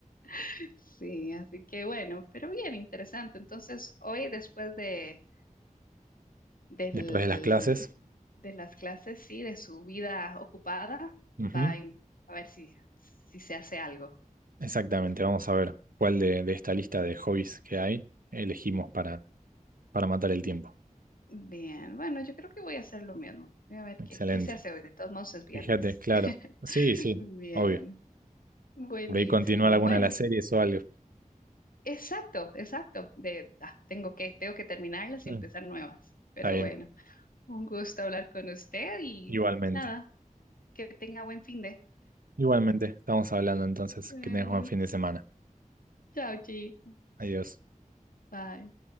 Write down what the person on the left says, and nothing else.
<laughs> Sí, así que bueno, pero bien interesante. Entonces, hoy después de, del,
de las clases, sí, de su vida ocupada,
va a in- a ver si, si se hace algo.
Bien, bueno, yo creo que voy a hacer lo mismo. Voy a ver
qué, qué se hace hoy. De todos modos es viernes.
<laughs>
Bien,
buenísimo.
Bueno,
exacto, exacto. De, ah, tengo que, tengo que terminarlas
y empezar nuevas. Pero
bueno, un gusto hablar con usted y
nada, que tenga buen fin de.
Nos
vemos.
Chao, Chi.
Bye.